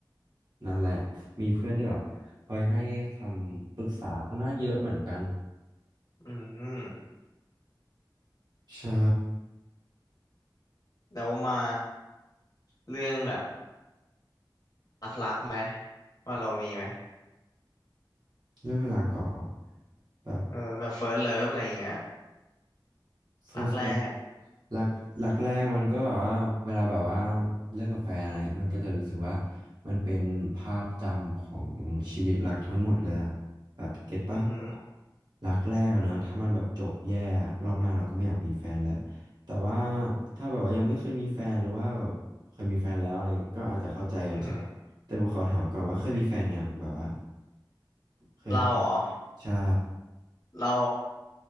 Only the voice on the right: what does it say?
นั่นแหละมีเพื่อนที่แบบคอยให้คำปรึกษาค่อนข้างเยอะเหมือนกัน
ใช่
เรื่องเวลาก่อนแบบ
first
หลักหลักแรกมันก็แบบว่าเวลาแบบว่าเลิกกับแฟนอะไรเงี้ยมันก็จะรู้สึกว่ามันเป็นภาพจำของชีวิตรักทั้งหมดเลยอะแบบเก็ตปะแบบว่า
รักแรกอะเนอะถ้ามันแบบจบแย่อะรอบหน้าเราก็ไม่อยากมีแฟนแล้วแต่ว่าถ้าแบบว่ายังไม่เคยมีแฟนหรือว่าแบบเคยมีแฟนแล้วอะไรเงี้ยก็อาจจะเข้าใจกันใช่ปะแต่ผมขอถามก่อนว่าเคยมีแฟนยังแบบว่า
เคยผ่าน
ใช่